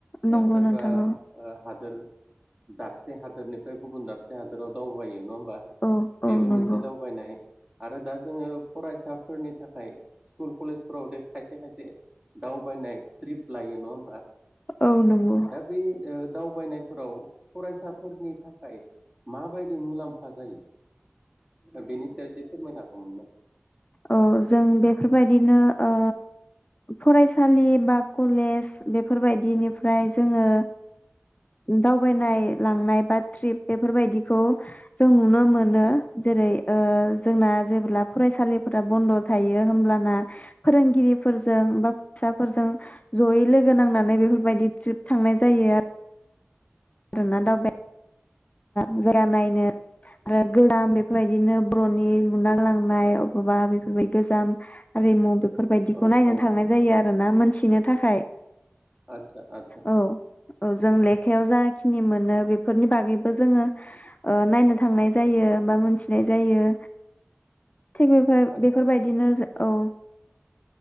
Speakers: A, on the left; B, on the right.
A: नंगौ
B: ओ सोरबा
A: नोंथां औ
B: ओ हादोर दाबसे हादोरनिफ्राय गुबुन दाब से हादोराव दावबायो नङा होमबा
A: औ
B: बेबो
A: औ नंगौ
B: मोनसे दावबायनाय। आरो दा जोङो फरायसाफोरनि थाखाय स्कुल कलेजफोराव दे खायसे खायसे दावबायनाय ट्रिप लायो नङा होमबा।
A: औ नंगौ
B: दा बे ओ दावबायनाय फोराव फरायसाफोरनि थाखाय माबायदि मुलाम्फा जायो दा बेनि सायाव एसे फोरमायना हौमोन ना
A: ओ जों बेफोरबायदिनो ओ फरायसालि बा कलेज बेफोरबायदिनिफ्राय जोङो दावबायनाय लांनाय बा ट्रिप बेफोरबायदिखौ जों नुनो मोनो। जेरै ओ जोंना जेब्ला फरायसालिफोरा बन्द थायो हब्लाना फोरोंगिरिफोरजों बा फैसाफोरजों जयै लोगो नांनानै बेफोरबायदि ट्रिप थांनाय जायो आरो। <unintelligible> दावबाय। मिजराम नायनो आरो गोजाम बेफोरबायदिनो बर 'नि लुना लांनाय अबेबा बेफोरबायदि गोजाम हारिमु बेफोरबायदिखौ
B: औ
A: नायनो
B: औ
A: थांनाय जायो आरोना मोनथिनो थाखाय।
B: आदसा आदसा
A: औ औ जों लेखायाव जायाखि नि मोनो बेफोरनि बागै जोङो ओ नायनो थांनाय जायो बा मोनथिनाय जायो। थिग बेफोर
B: आदसा
A: बेफोर बायदिनो जा औ